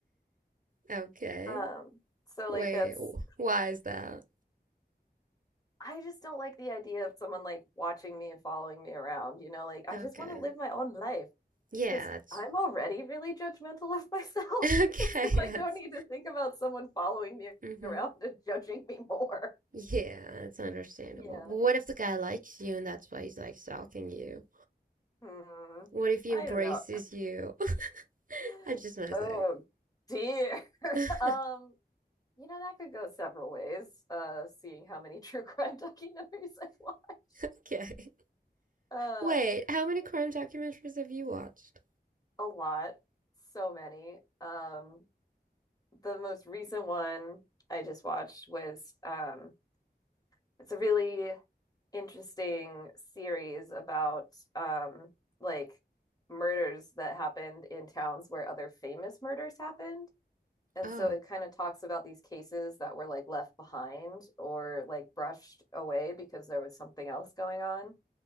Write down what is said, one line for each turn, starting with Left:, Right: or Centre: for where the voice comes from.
Right: Okay.
Left: Um, so,
Right: Wait.
Left: like, that's,
Right: Why is that?
Left: I just don't like the idea of someone like watching me and following me around, you know? Like, I
Right: Okay.
Left: just want to live my own life.
Right: Yeah,
Left: Because
Right: that's
Left: I'm already really judgmental of myself.
Right: <laughs>
Left: <laughs>
Right: okay.
Left: so
Right: That's.
Left: I don't need to think about someone following me
Right: Mm-hmm.
Left: around and judging me more.
Right: Yeah, it's understandable.
Left: Yeah.
Right: But what if the guy likes you and that's why he's like stalking you?
Left: Hmm.
Right: What if he
Left: I
Right: embraces
Left: don't know.
Right: you? <laughs>
Left: <gasps>
Right: I'm just messing.
Left: Oh dear. <laughs>
Right: <laughs>
Left: Um, you know, that could go several ways, uh, seeing how many <laughs> true crime documentaries I've watched.
Right: Okay.
Left: Um,
Right: Wait, how many crime documentaries have you watched?
Left: a lot. So many. Um, the most recent one I just watched was um it's a really interesting series about um like murders that happened in towns where other famous murders happened. And
Right: Oh,
Left: so it kind of talks about these cases that were like left behind or like brushed away because there was something else going on.